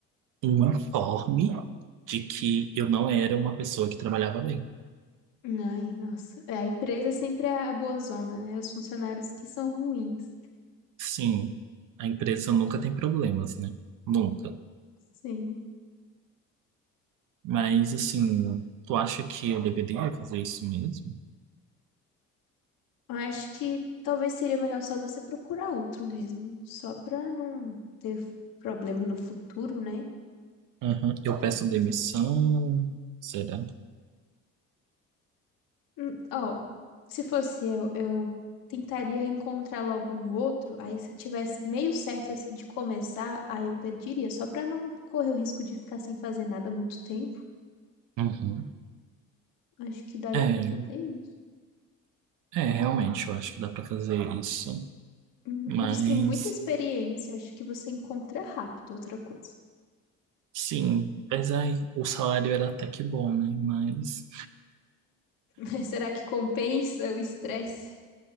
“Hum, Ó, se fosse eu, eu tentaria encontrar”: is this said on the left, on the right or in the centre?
Left